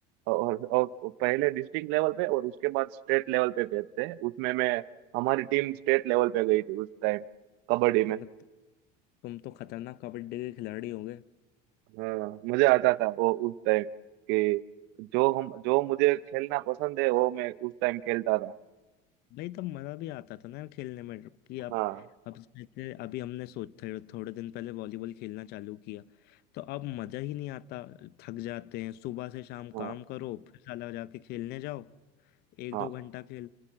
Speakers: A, on the right; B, on the left.
A: और, और पहले डिस्ट्रिक्ट लेवल पे और उसके बाद स्टेट लेवल पे भेजते हैं उसमें मैं हमारी टीम स्टेट लेवल पे गई थी उस टाइम कबड्डी
B: मतलब
A: में
B: तुम तो खतरनाक कबड्डी के खिलाड़ी होगे
A: हाँ मजा आता था वो उस टाइम कि जो हम जो मुझे खेलना पसंद है वो मैं उस टाइम खेलता था
B: भाई तब मजा भी आता था ना यार खेलने में कि अब
A: हाँ
B: अब जैसे अभी हमने सोच थोड़े थोड़े दिन पहले वॉलीबॉल खेलना चालू किया तो अब मजा ही नहीं आता थक जाते हैं सुबह से शाम
A: हाँ
B: काम करो फिर साला जाके खेलने जाओ एक
A: हाँ
B: दो घंटा खेल